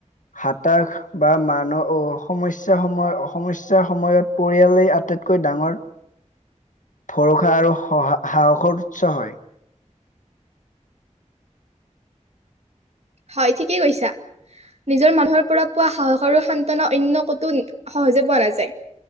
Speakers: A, on the left; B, on the right.
A: হাতাশ- বা মানহ অঁ সমস্যাৰ সময়ত সমস্যাৰ সময়ত পৰিয়ালেই আটাইতকৈ ডাঙৰ।
B: <inaudible>
A: ভৰসা আৰু সা সাহসৰ উৎস হয়ঁ।
B: হয়ঁ ঠিকেই কৈছা। নিজৰ মানুহৰ পৰা পোৱা সাহস আৰু সান্তনা অন্য ক'তো সহজে পোৱা নাযায়।